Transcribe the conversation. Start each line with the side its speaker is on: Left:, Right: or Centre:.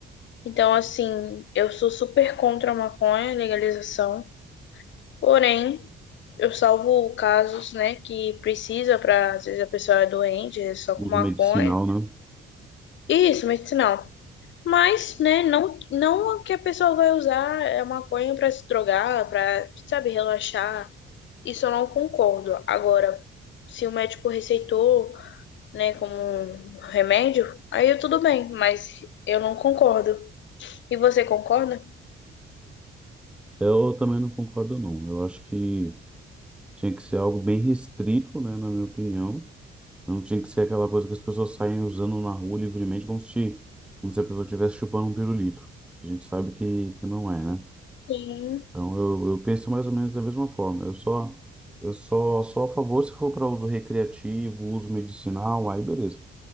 Left: Então, assim, eu sou super contra a maconha, legalização. Porém, eu salvo casos, né, que precisa para, às vezes a pessoa é doente, é só com
Centre: Uso
Left: maconha.
Centre: medicinal, né?
Left: E isso, medicinal. Mas, né, não não que a pessoa vai usar a maconha para se drogar, para, sabe, relaxar. Isso eu não concordo. Agora, se o médico receitou, né, como um remédio, aí tudo bem, mas eu não concordo. E você concorda?
Centre: Eu também não concordo, não. Eu acho que tinha que ser algo bem restrito, né? Na minha opinião. Não tinha que ser aquela coisa que as pessoas saem usando na rua livremente, como se, como se a pessoa estivesse chupando um pirulito, que a gente sabe que, que não é, né?
Left: Sim.
Centre: Então eu, eu penso mais ou menos da mesma forma. Eu só, eu só, só a favor se for para uso recreativo, uso medicinal, aí beleza.